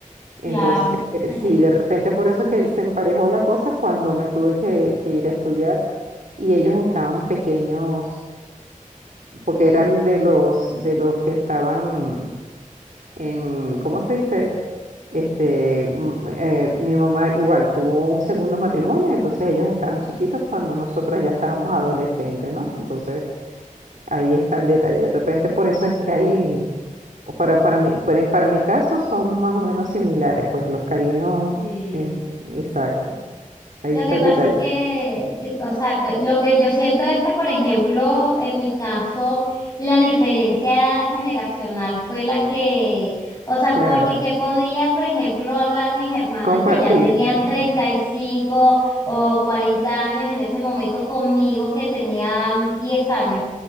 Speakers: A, on the right (about 70°); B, on the left (about 25°).
A: Entonces,
B: Claro. <laughs>
A: eh, sí, de repente por eso es que se emparejó la cosa cuando me tuve que, que ir a estudiar y ellos estaban pequeños, porque eran de los, de los que estaban en, ¿cómo se dice? Este, mm, eh, mi mamá igual tuvo un segundo matrimonio, entonces ellos estaban chiquitos cuando nosotras ya estábamos adolescentes, ¿no? Entonces, Ahí está el detalle. De repente por eso es que hay, o para, para mí, para, para mi caso son más o menos similares, pues los cariños,
B: Sí.
A: en- exacto. Ahí
B: Lo
A: está
B: que pasa
A: el detalle.
B: es que, eh, o sea, t- lo que yo siento es que, por ejemplo, en mi caso, la diferencia generacional fue la que, o sea,
A: Claro.
B: porque qué podía, por ejemplo, hablar mis hermanas
A: Compartir.
B: que ya tenían
A: Ujú.
B: 35 o 40 años en ese momento conmigo que tenían 10 años.